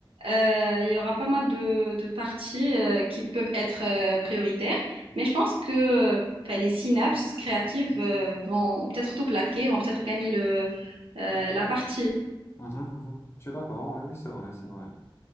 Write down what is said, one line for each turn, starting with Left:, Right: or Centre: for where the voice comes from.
Right: euh, il y aura pas mal de, de partis euh, qui peuvent être euh, prioritaires. Mais je pense que euh, enfin, les synapses créatives euh, vont peut-être tout plaquer, vont peut-être gagner le, euh, la partie.
Left: Mhm, mhm. Je suis d'accord. Oui, oui, c'est vrai, c'est vrai.